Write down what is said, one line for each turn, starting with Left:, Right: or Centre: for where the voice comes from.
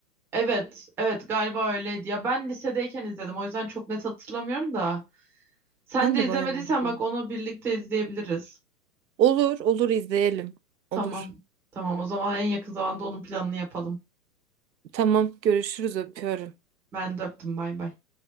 Centre: evet evet galiba öyleydi. Ya ben lisedeyken izledim o yüzden çok net hatırlamıyorum da. Sen
Right: Ben
Centre: de
Right: de
Centre: izlemediysen
Right: bayağı oldu.
Centre: bak onu birlikte izleyebiliriz.
Right: Olur olur izleyelim.
Centre: Tamam.
Right: Olur.
Centre: Tamam o zaman en yakın zamanda onun planını yapalım.
Right: Tamam görüşürüz öpüyorum.
Centre: Ben de öptüm bay bay.